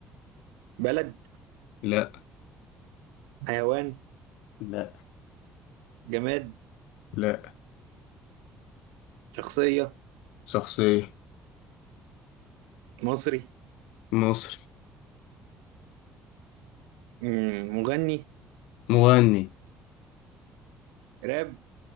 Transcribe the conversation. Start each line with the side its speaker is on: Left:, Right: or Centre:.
Right: بلد
Left: لا
Right: حيوان
Left: لا
Right: جماد
Left: لا
Right: شخصية
Left: شخصية
Right: مصري
Left: مصري
Right: مم، مغني
Left: مغني
Right: راب